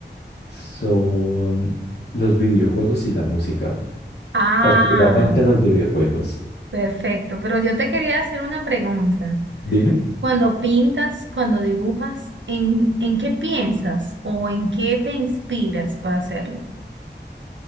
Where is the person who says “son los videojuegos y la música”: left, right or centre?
Left